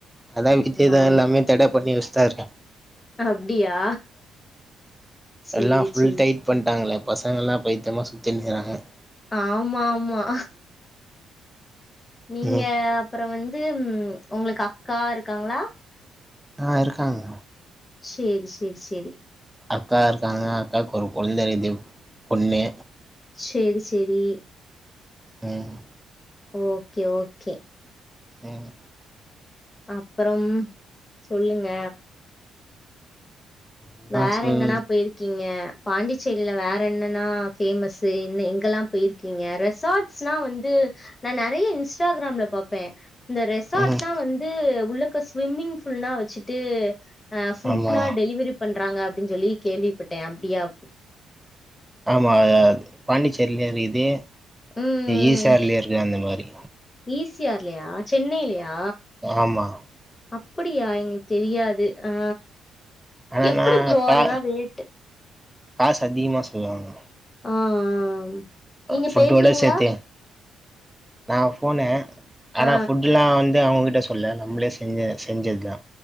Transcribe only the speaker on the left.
ஆம்
அப்டியா சேரி
சேரி
சே
ஆமா ஆமா நீங்க
அப்றோ வந்து உங்களுக்கு அக்கா இருக்காங்ளா
சேரி சேரி சேரி
சேரி சேரி
ஓகே ஓகே
அப்றம் சொல்லுங்க
வேற
எங்கனா போய்ரு க்கீங்க பாண்டிச்சேரில வேற என்னன்னா பேமஸ் இன்னு எங்கெல்லா போயிரு க்கிங்க ரெசார்ட்ஸ்னா வந்து நா நெறய இன்ஸ்டாகிராம்ல பாப்பே இந்த ரெசாட்னா
வந்து உள்ளுக்க ஸ்விம்மிங் ஃபூல்லா வச்சுட்டு ஆ ஃபுட்னா
டெலிவரி பண்றாங்க அப்டின்னு சொல்லி கேள்விப்பட்டே அப்டியா
ம்
ஈ சி ஆர் லயா சென்னைலயா
அப்டியா எங்களுக் தெரியாது ஆ
எப்டி ஃப்ரோ
அதெலா ரேட்டு
ஆ ஆ நீங்க
போயிருக்கீங்ளா
ஆ